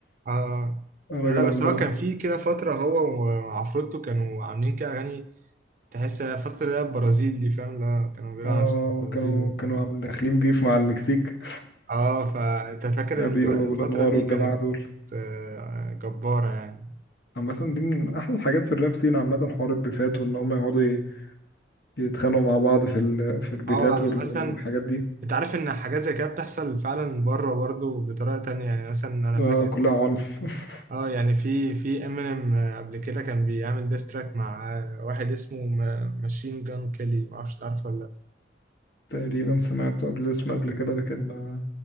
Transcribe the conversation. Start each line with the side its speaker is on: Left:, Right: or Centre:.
Right: اه
Left: <laughs>
Right: لا
Left: راجل
Right: لا بس
Left: عملاق
Right: هو كان في كده فتره هو وعفروتو كانوا عاملين كده اغاني تحس فترة اللي هي البرازيل دي فاهم لا كانوا بيقولوا
Left: اه
Right: على نفسهم البرازيل
Left: كانوا
Right: وبتاع
Left: كانوا عامل- داخلين بيف مع المكسيك
Right: اه فانت فاكر ان
Left: ابيو
Right: الو- الفترة
Left: وابو الانوار
Right: دي
Left: والجماعة
Right: كانت
Left: دول
Right: آه، جبارة يعني
Left: عامة دي من احلى الحاجات في الراب سين عامة حوار البيفات وان هم يقعدوا ي- يتخانقوا مع بعض في ال... في البيتات
Right: اه
Left: وال-
Right: انا مثلا
Left: والحاجات دي
Right: انت عارف ان حاجات زي كده بتحصل فعلا بره برضو بطريقة تانية يعني مثلا انا
Left: آه
Right: فاكر
Left: كلها عنف <laughs>
Right: اه يعني في في امينيم قبل كده كان بيعمل ديستراك مع آه، واحد اسمه ماشين جان كيلي معرفش تعرفه ولا
Left: تقريبا سمعت قبل اسمه قبل كده لكن ما